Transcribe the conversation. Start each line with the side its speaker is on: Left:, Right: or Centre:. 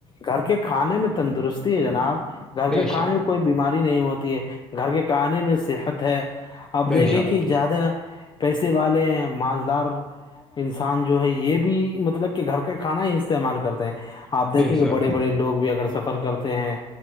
Left: گھر کے کھانے میں تندرستی ہے جناب گھر کے
Centre: بے
Left: کھانے
Centre: شک
Left: کوئی بیماری نہیں ہوتی ہے گھر کے کہنے میں صحت ہے اپ
Centre: بے
Left: دیکھیں
Centre: شک
Left: کہ زیادہ پیسے والے مالدار انسان جو ہے یہ بھی مطلب کہ گھر کا کھانا ہی استعمال کرتے ہیں آپ دیکھیں
Centre: بے
Left: کہ
Centre: شک
Left: بڑے بڑے لوگ بھی اگر سفر کرتے ہیں